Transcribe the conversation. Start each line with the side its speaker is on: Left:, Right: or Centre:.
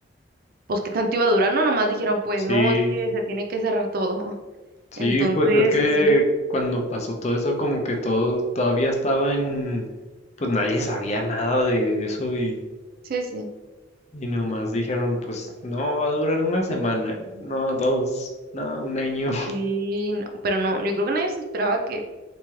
Right: pues que tanto iba a durar, no, nomás dijeron, pues
Left: Sí,
Right: no, es que se tiene que cerrar todo. <laughs>
Left: Sí,
Right: Entonces,
Left: pues es que
Right: así,
Left: cuando pasó todo eso, como que todo todavía estaba en, pues nadie sabía nada de eso y,
Right: sí, sí.
Left: y nomás dijeron, pues no, va a durar una semana, no, dos, no, un año. <laughs>
Right: Sí, no, pero no, yo creo que nadie se esperaba que